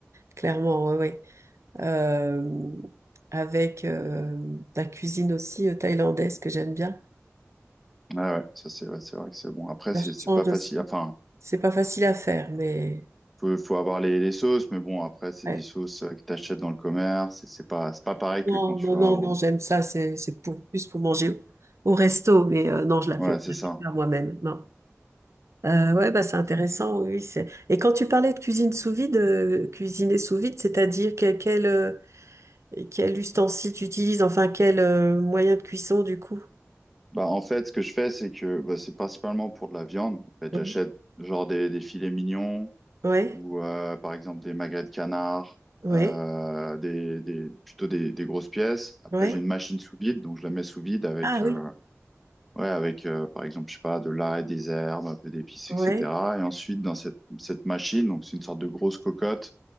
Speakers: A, on the right (about 70°); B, in the centre.
A: clairement, ouais, ouais. Euh, avec euh, la cuisine aussi euh, thaïlandaise que j'aime bien.
B: bien. ouais, ouais, ça c'est ouais, c'est vrai que c'est bon. Après,
A: La
B: c'est
A: change
B: c'est pas facile.
A: aussi.
B: Enfin,
A: C'est pas facile à faire, mais
B: faut faut avoir les, les sauces, mais bon, après c'est
A: ouais.
B: des sauces euh, que t'achètes dans le commerce. C'est c'est pas c'est pas pareil
A: Non,
B: que quand tu
A: non,
B: vas
A: non,
B: au.
A: non, j'aime ça. C'est, c'est pour plus pour manger au resto, mais euh, non, je la
B: Ouais,
A: fais,
B: c'est
A: je
B: ça.
A: la fais pas moi-même. Non. Euh, ouais, bah, c'est intéressant, oui. c'est- Et quand tu parlais de cuisine sous vide, euh, cuisiner sous vide, c'est-à-dire que- quel, euh, quel ustensile tu utilises, enfin quel euh, moyen de cuisson du coup?
B: Bah en fait, ce que je fais, c'est que bah, c'est principalement pour de la viande. En fait,
A: Oui.
B: j'achète genre des des filets mignons.
A: Ouais,
B: ou euh, par exemple des magrets de canard,
A: ouais,
B: euh, des, des, plutôt des, des grosses pièces. Après,
A: ouais.
B: j'ai une machine sous vide, donc je la mets sous vide avec,
A: Ah
B: euh,
A: oui,
B: ouais, avec euh, par exemple, je sais pas, de l'ail, des herbes, un peu d'épices, etc.
A: ouais,
B: Et ensuite, dans cette, cette machine, donc c'est une sorte de grosse cocotte,